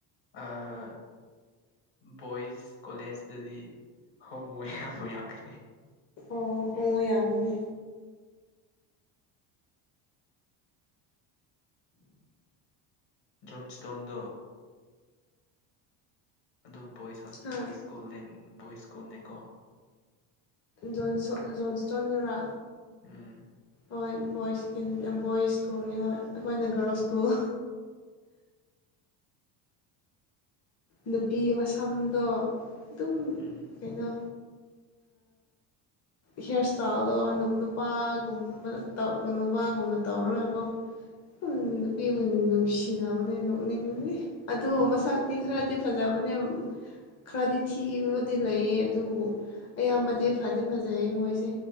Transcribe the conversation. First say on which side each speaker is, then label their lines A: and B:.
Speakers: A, on the left (about 55°); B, on the left (about 30°).
A: ꯑꯥ꯫ ꯕꯣꯏꯁ ꯀꯣꯂꯦꯖꯇꯗꯤ ꯍꯣꯃꯣ ꯌꯥꯝ ꯌꯥꯎꯈꯤꯅꯤ
B: ꯑꯣ ꯍꯣꯡꯉꯣ ꯌꯥꯝꯒꯅꯤ꯫
A: ꯖꯣꯟꯁꯇꯣꯟꯗꯣ꯫ ꯑꯗꯨ ꯕꯣꯏꯁ ꯍꯣꯁ
B: ꯍꯥ
A: ꯕꯣꯏꯁ ꯁ꯭ꯀꯨꯜ ꯕꯣꯏꯁ ꯁ꯭ꯀꯨꯜꯅꯦꯀꯣ꯫
B: ꯖꯣꯟꯁꯣꯠ ꯖꯣꯟꯁꯇꯣꯟꯗꯔꯥ꯫
A: ꯎꯝ꯫
B: ꯍꯣꯏ ꯕꯣꯏꯁ ꯕꯣꯏꯁ ꯁ꯭ꯀꯨꯜꯅꯤ ꯍꯣꯏ ꯑꯩꯈꯣꯏꯅ ꯒꯥꯔꯜꯁ ꯁ꯭ꯀꯨꯜ ꯅꯨꯄꯤ ꯃꯁꯝꯗꯣ ꯑꯗꯨꯝ
A: ꯎꯝ
B: ꯀꯩꯅꯣ ꯍꯤꯌꯥꯔ ꯏꯁꯇꯥꯏꯜꯗꯣ ꯅꯨꯄꯥꯒꯨꯝꯕ ꯅꯨꯄꯥꯒꯨꯝꯅ ꯇꯧꯔꯣꯏꯀꯣ ꯎ ꯅꯨꯄꯤꯕꯨ ꯅꯨꯡꯁꯤꯅꯕꯅꯦ ꯅꯣꯛꯅꯤꯡꯕꯅꯤ ꯑꯗꯨꯗꯣ ꯃꯁꯛꯇꯤ ꯈꯔꯗꯤ ꯐꯖꯕꯅꯦ ꯈꯔꯗꯤ ꯊꯤꯕꯕꯨꯗꯤ ꯂꯩꯌꯦ ꯑꯗꯨꯕꯨ ꯑꯌꯥꯝꯕꯗꯤ ꯐꯗꯤ ꯐꯖꯩ ꯃꯣꯏꯁꯦ